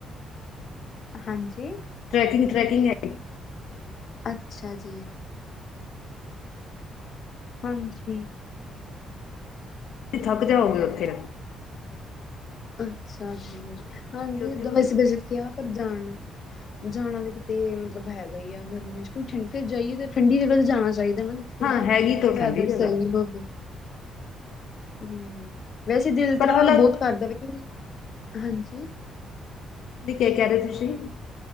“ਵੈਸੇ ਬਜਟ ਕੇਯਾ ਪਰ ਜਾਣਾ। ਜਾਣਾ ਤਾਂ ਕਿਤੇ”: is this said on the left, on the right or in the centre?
Left